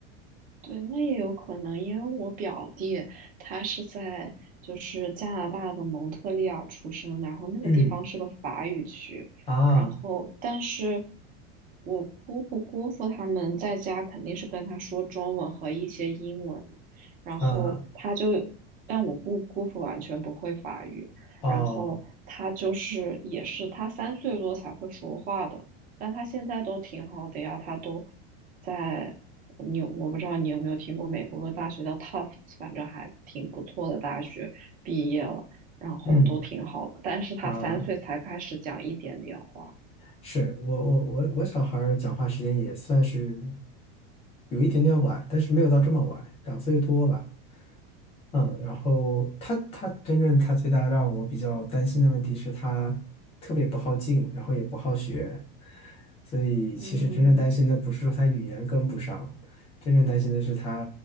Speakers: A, on the right; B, on the left.
A: 对，那也有可能，因为我表弟他是在就是加拿大的蒙特利尔出生的然后那个地方是个法语区，
B: 嗯啊
A: 然后但是我姑姑姑父他们在家肯定是跟他说中文和一些英文，然后他就，
B: 啊
A: 但我姑姑父完全不会法语，
B: 哦
A: 然后他就是也是他三岁多才会说话的。但他现在都挺好的呀，他都在你有我不知道你有没有听过美国的大学叫 Tufts，反正还挺不错的大学，毕业了，然后都挺好的。
B: 嗯
A: 但是他三岁才开始讲一点点话，
B: 啊，是我我我我小孩儿讲话时间也算是有一点点晚，但是没有到这么晚，两岁多吧。嗯，然后他他真正他最大让我比较担心的问题是他特别不好静，然后也不好学，所以其实真正担心的不是说他语言跟不上，
A: 嗯，
B: 真正担心的是他